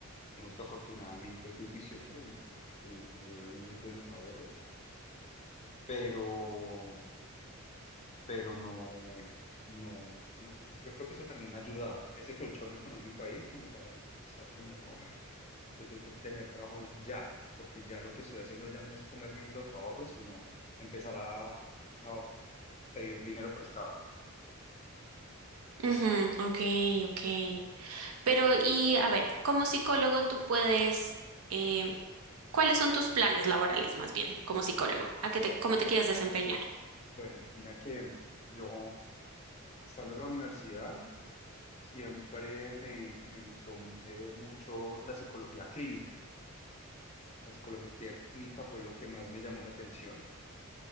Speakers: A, on the left; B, on the right.
A: Digamos que afortunadamente fui juicioso y, y tu- y tuve unos buenos ahorros, pero, pero no, no, no- yo creo que eso también me ha ayudado, ese colchón económico ahí, como para no estar como, yo tengo que tener trabajo ya, porque ya lo que estoy haciendo ya no es comerme los ahorros, sino empezar a, a pedir dinero prestado.
B: ujú, ok, ok. Pero y a ver, como psicólogo tú puedes, eh, ¿cuáles son tus planes laborales más bien como psicólogo? ¿A qué te, cómo te quieres desempeñar?
A: Bueno, mira que mm, yo, estando en la universidad, siempre me, me gustó mm, eh, mucho la psicología clínica. La psicología clínica fue lo que más me llamó la atención